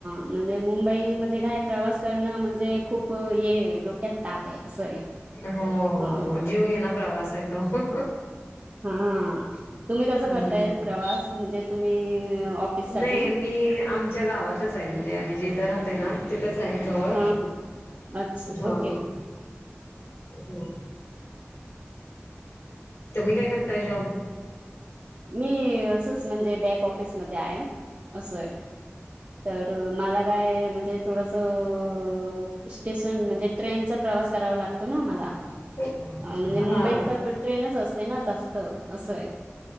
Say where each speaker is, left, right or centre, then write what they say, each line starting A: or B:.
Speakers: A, on the right; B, on the left.
A: म्हणजे मुंबईमध्ये, काय प्रवास करणं म्हणजे खूप ये आहे ड ते ताप असं
B: हो
A: ह.
B: हो जीव घेना प्रवास आहे तो.
A: हा हा तुम्ही कसं
B: हम्म
A: करताय प्रवास म्हणजे तुम्ही ऑफिस
B: नाही
A: साठी
B: मी आमच्या गावातच आहे म्हणजे आम्ही जेथं राहतोय ना. तिथच आहे जवळ
A: हा हा अच्छा
B: हा.
A: ओके
B: <inaudible> तूम्ही काय करताय जॉब?
A: मी असंच म्हणजे बॅक ऑफिसमध्ये आहे असं आहे. तर मला काय म्हणजे थोडसं स्टेशन म्हणजे ट्रेनचा प्रवास करावा लागतो ना आम्हाला.
B: <unintelligible>
A: अ. म्हणजे
B: हा
A: मुंबईत तर ट्रेनच असते ना, जास्त असं ये.